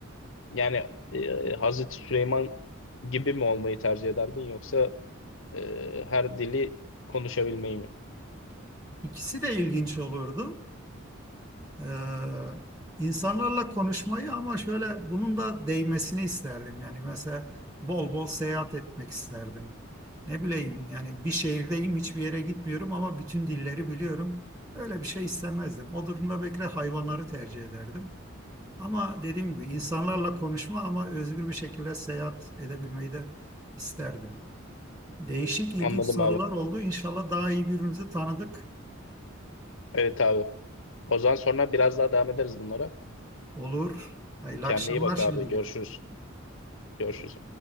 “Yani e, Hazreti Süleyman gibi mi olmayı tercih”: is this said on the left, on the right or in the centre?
Left